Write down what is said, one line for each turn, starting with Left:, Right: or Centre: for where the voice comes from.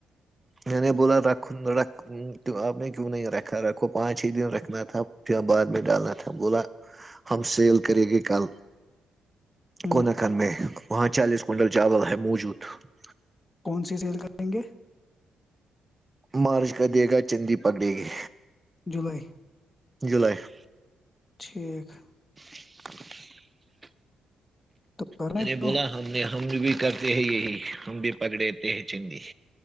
Right: میں نے بولا رکھ رکھ آپ نے کیوں نہیں رکھا رکھو پانچ ہی دن رکھنا تھا پھر بعد میں ڈالنا تھا بولا ہم سیل کریں گے کل
Left: ہم،
Right: کون کر میں <unintelligible> وہاں چالیس کونٹل چاول ہے موجود <unintelligible>
Left: کون سی سیل کریں گے
Right: مارچ کا دے گا چندی پکڑے گی
Left: جولائی
Right: جولائی <unintelligible>
Left: ٹھیک <unintelligible>
Right: <inaudible>
Left: تو کرنے
Right: میں نے
Left: دو
Right: بولا ہم نے ہم بھی کرتے ہیں یہی ہم بھی پکڑےتے ہیں چندی <unintelligible>